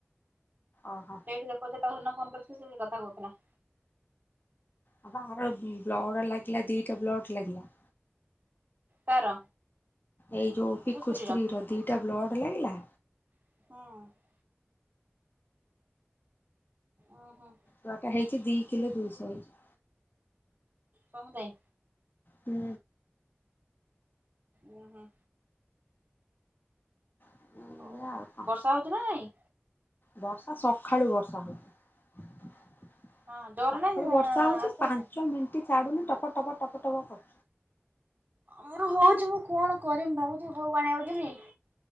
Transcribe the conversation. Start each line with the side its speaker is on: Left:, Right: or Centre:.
Left: ଓହୋ।
Right: ଲୋକଟେ ତାକୁ ଫୋନ କରିଥିଲି ସେ ଏହି କଥା କହୁଥିଲା।
Left: ହଁ ଆରେ ବ୍ଲଡ ଲାଗିଲା ଦିଟା ବ୍ଲଡ ଲାଗିଲା।
Right: କାର
Left: ଏଇ ଯୋଉ
Right: ଟିକୁଶ୍ରୀର
Left: ପିକୁ ସ୍ତ୍ରୀର ଦିଟା ବ୍ଲଡ ଲାଗିଲା।
Right: ହୁଁ। ଉଁ ହୁଁ।
Left: ଛୁଆଟା ହେଇଛି ଦି କିଲୋ ଦୁଇଶହ ହେଇଛି।
Right: କଣ ପାଇଁ?
Left: ହୁଁ।
Right: ଉଁ ହୁଁ।
Left: ହୁଁ
Right: ଓହୋ
Left: ଆଉ କଣ
Right: ବର୍ଷା ହଉଛି ନା ନାଇଁ।
Left: ବର୍ଷା ସକାଳୁ ବର୍ଷା ହେଉଛି। ସଖାଳୁ
Right: ହଁ ଜୋରରେ ନା
Left: ବର୍ଷା ହଉଛି
Right: ଆସ୍ତେ
Left: ପାଞ୍ଚ
Right: ଆସ୍ତେ
Left: ମିନିଟ ଛାଡୁନି ଟପ ଟପ ଟପ ଟପ କରୁଛି।
Right: ମୋର ହଉଛି ମୁଁ କଣ କରିମି ଭାବୁଛିି ବୋଉକୁ ଆଣିବାକୁ ଯିବି।